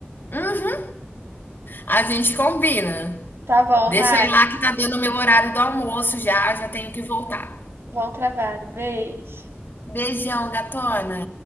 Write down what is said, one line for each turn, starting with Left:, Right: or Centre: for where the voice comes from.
Left: Hum, a gente combina.
Right: Tá bom,
Left: Deixa
Right: Rai.
Left: eu ir lá que tá dando o meu horário do almoço já, já tenho que voltar.
Right: Bom trabalho. Beijo.
Left: Beijão, gatona.